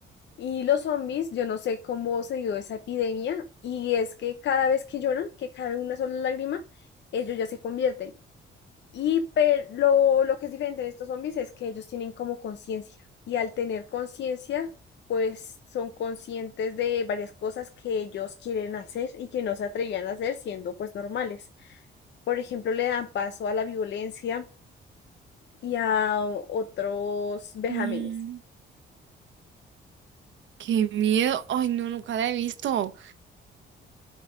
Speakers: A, on the left; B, on the right.
A: Y los zombies, yo no sé cómo se dio esa epidemia, y es que cada vez que lloran, que cae una sola lágrima, ellos ya se convierten. Y pero lo, lo que es diferente de estos zombies es que ellos tienen como conciencia. Y al tener conciencia, pues son conscientes de varias cosas que ellos quieren hacer y que no se atrevían a hacer siendo pues normales. Por ejemplo, le dan paso a la violencia y a otros vejámenes.
B: Mm.
A: <laughs>
B: Qué miedo. Ay, no, nunca la he visto.